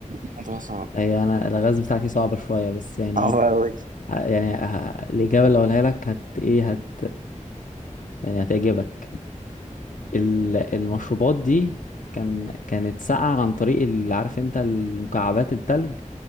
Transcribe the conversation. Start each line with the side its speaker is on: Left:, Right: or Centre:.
Right: الموضوع صعب
Left: هي أنا الغاز بتاعتي صعبة شوية بس يعني
Right: صعب
Left: إيه،
Right: أوي
Left: ه- يعني ه- الإجابة اللي أقولها لك هت إيه هت يعني هتعجبك ال- المشروبات دي كان كانت ساقعة عن طريق اللي عارف أنت المكعبات التلج